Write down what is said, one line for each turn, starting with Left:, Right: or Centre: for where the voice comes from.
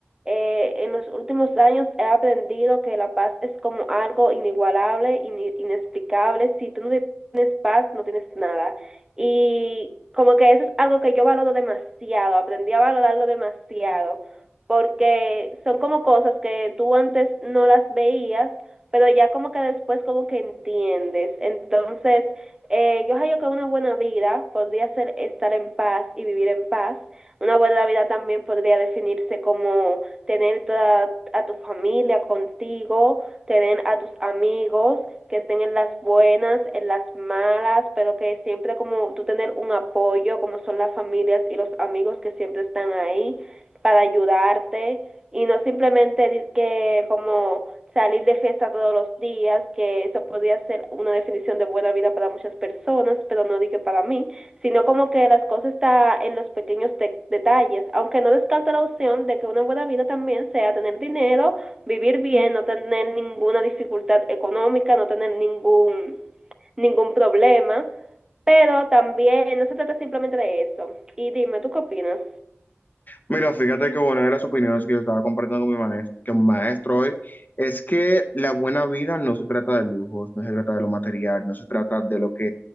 Right: eh, en los últimos años he aprendido que la paz es como algo inigualable, ini- inexplicable. Si tú no tienes paz, no tienes nada. Y como que eso es algo que yo valoro demasiado, aprendí a valorarlo demasiado, porque son como cosas que tú antes no las veías, pero ya como que después como que entiendes. Entonces... Eh, yo hallo que una buena vida podría ser estar en paz y vivir en paz. Una buena vida también podría definirse como tener toda a tu familia contigo, tener a tus amigos que estén en las buenas, en las malas, pero que siempre como tú tener un apoyo, como son las familias y los amigos que siempre están ahí para ayudarte, y no simplemente que como salir de fiesta todos los días, que eso podría ser una definición de buena vida para muchas personas, pero no dije para mí, sino como que las cosas está en los pequeños de detalles, aunque no descarto la opción de que una buena vida también sea tener dinero, vivir bien, no tener ninguna dificultad económica, no tener ningún ningún problema, pero también no se trata simplemente de eso. Y dime, ¿tú qué opinas?
Left: Mira, fíjate que bueno, una de las opiniones que yo estaba compartiendo con mi manes- con mi maestro hoy es que la buena vida no se trata de lujos, no se trata de lo material, no se trata de lo que,